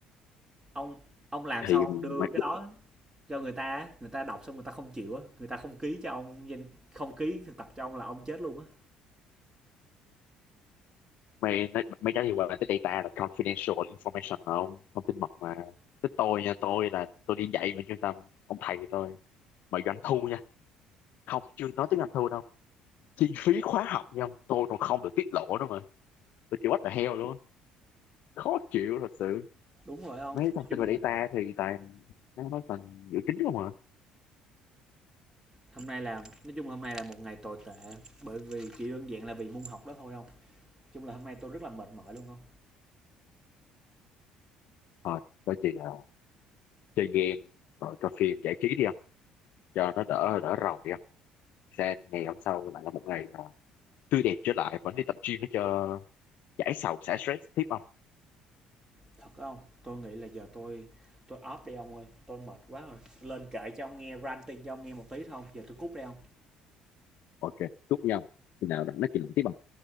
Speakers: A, on the right; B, on the left.
A: ông ông làm
B: thì
A: sao ông
B: mày
A: đưa cái đó cho người ta á, người ta đọc xong người ta không chịu á người ta không ký cho ông danh không ký thực tập cho ông là ông chết luôn á
B: mày mày mày trả lời là cái data là confidential information mà không thông tin mật mà tới tôi nha tôi là tôi đi dạy bên trung tâm ông thầy tôi mà doanh thu không chưa nói tiếng Anh thua đâu chi phí khóa học nha ông tôi còn không được tiết lộ nữa mà tôi chịu bắt là heo luôn khó chịu thật sự
A: đúng rồi ông
B: mấy
A: nói
B: thông tin
A: chung
B: về
A: là
B: data thì toàn nó nói toàn dự tính không à
A: hôm nay là nói chung là hôm nay là một ngày tồi tệ bởi vì chỉ đơn giản là vì môn học đó thôi không chung là hôm nay tôi rất là mệt mỏi luôn không
B: rồi coi chị là chơi game rồi coi phim giải trí đi không cho nó đỡ đỡ rầu đi không sang ngày hôm sau lại là một ngày à, tươi đẹp trở lại vẫn đi tập gym để cho giải sầu xả stress tiếp không
A: thật không tôi nghĩ là giờ tôi tôi off đi ông ơi tôi mệt quá rồi lên kể cho ông nghe ranting cho ông nghe một tí thôi giờ tôi cút đi ông
B: ok chúc nhau khi nào đã nói chuyện lại tiếp không